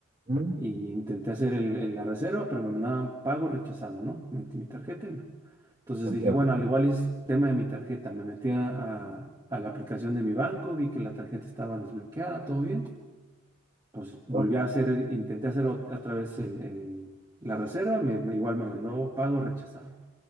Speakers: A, on the right (about 35°); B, on the right (about 20°).
A: Mm,
B: y intenté hacer el- el- la reserva, pero me mandaban pago rechazado, ¿no? Metí mi tarjeta. y- Entonces
A: entiendo.
B: dije, bueno, al igual es tema de mi tarjeta. Me metí a, a a la aplicación de mi banco, vi que la tarjeta estaba desbloqueada, todo bien. pues volví
A: ¿ya?
B: a hacer, intenté hacer ot- otra vez el, el- la reserva, me, me- igual me mandó pago rechazado.